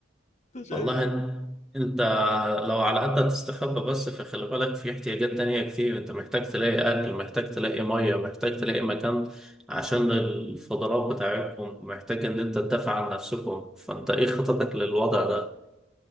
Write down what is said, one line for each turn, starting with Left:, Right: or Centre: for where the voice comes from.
Left: انت شايف
Centre: والله
Left: ايه
Centre: إن- انت لو على قد تستخبى بس فخلي بالك في احتياجات تانية كتير انت محتاج تلاقي اكل محتاج تلاقي مية محتاج تلاقي مكان عشان الفضلات بتاعتكم محتاج ان انت تدافع عن نفسكم فانت ايه خططك للوضع ده